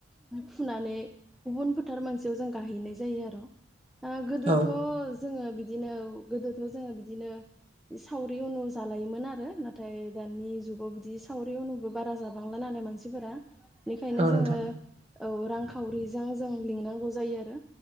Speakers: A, in the centre; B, on the right.
A: फुनानै गुबुनफोर थार मोनसेयाव जों गाहैनाय जायो आर गोदोथ
B: औ
A: जोङो बिदिनो गोदोथ जोङो बिदिनो सावरि उनु जालायोमोन आरो नाथाय दानि जुगाव बिदि सावरि उनुबो बारा जाबांला ना बुंनाय मानसिफोरा बेखायनो
B: औ
A: ‌जों
B: नोंथां
A: औ रांखाउरिजों जों लिंनांगौ जायो आरो